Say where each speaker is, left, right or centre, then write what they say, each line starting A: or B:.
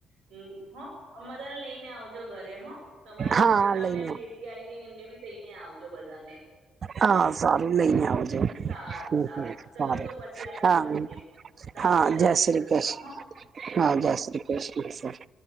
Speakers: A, on the right; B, on the right.
A: હમ હા અમરાને લઈને આવજો ઘરે હા. તમારા
B: હા
A: છોકરાઓનેને
B: લઈને
A: બેબી આવી ગઈ એને બી જઈને આવજો બધાને. હ
B: હા સારું લઈને આવજો
A: સારું
B: હમ્મ.
A: સારું ચલો
B: સારું
A: તો પછી આપડે
B: હા
A: મળીએ સારું
B: હા જય શ્રી
A: કૃષ્ણ
B: કૃષ્ણ
A: હ
B: હા જય શ્રી કૃષ્ણ. <inaudible>